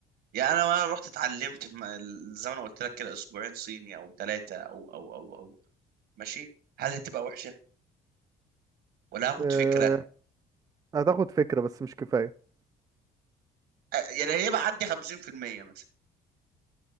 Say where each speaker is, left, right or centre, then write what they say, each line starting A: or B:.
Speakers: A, on the right (about 70°); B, on the right (about 20°).
A: يعني انا وانا رحت اتعلمت في م- زي ما انا قلت لك كده اسبوعين صيني او ثلاثه او او او او ماشي هل هتبقى وحشه ولا هاخد
B: اه
A: فكره
B: هتاخد فكرة بس مش كفاية
A: أ- يعني هيبقى عندي 50% مثلا